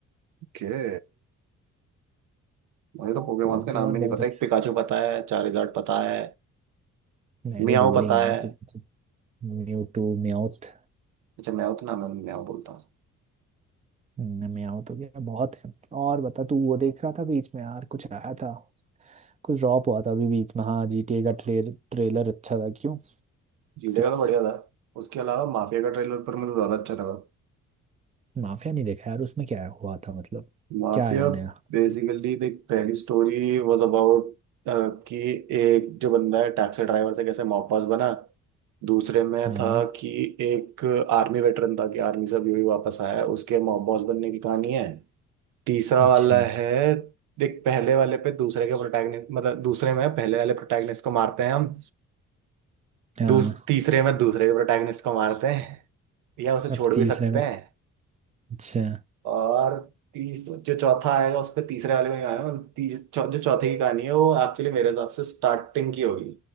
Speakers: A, on the right; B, on the right.
A: ओके मुझे तो पोकेमॉन्स
B: पोकेमोन
A: के नाम भी नहीं
B: बहुत
A: पता
B: अच्छा
A: एक पिकाचू पता है चारिज़ार्ड पता है
B: मैं
A: मियाओ
B: भी भूल
A: पता
B: ही गया हूँ
A: है
B: पिक- Mewtwo mouth
A: अच्छा मियाओ तो नाम है मियाओ बोलता हूँ
B: म्याउथ हो गया बहुत है और बता तू वो देख रहा था बीच में यार कुछ आया था कुछ ड्रॉप हुआ था अभी बीच में हाँ जीटीए का ट्रेल, ट्रेलर अच्छा था क्यों
A: जीडे
B: सिक्स
A: का तो बढ़िया था उसके अलावा माफिया का ट्रेलर पर मुझे तो ज्यादा अच्छा लगा
B: माफिया नहीं देखा यार उसमें क्या हुआ था मतलब
A: माफिया
B: क्या आया नया
A: बेसिकली देख पहली स्टोरी वाज अबाउट कि एक जो बंदा है टैक्सी ड्राइवर से कैसे मॉब बॉस बना दूसरे में
B: हाँ
A: था कि एक आर्मी वेटरन था कि आर्मी से अभी अभी वापस आया है, उसके मॉब बॉस बनने की कहानी है तीसरा
B: अच्छा
A: वाला है देख पहले वाले पे दूसरे के प्रोटैगनिस्ट मतलब दूसरे में पहले वाले प्रोटैगनिस्ट को मारते हैं हम
B: हाँ
A: दूस तीसरे में दूसरे के प्रोटैगनिस्ट को मारते हैं या उसे छोड़
B: अब तीसरे
A: भी सकते
B: में
A: हैं
B: अच्छा
A: और तीस जो चौथा आएगा उसपे तीसरे वाले में ही आएगा तीस चौ, जो चौथे की कहानी है वो एक्चुअली मेरे हिसाब से स्टार्टिंग की होगी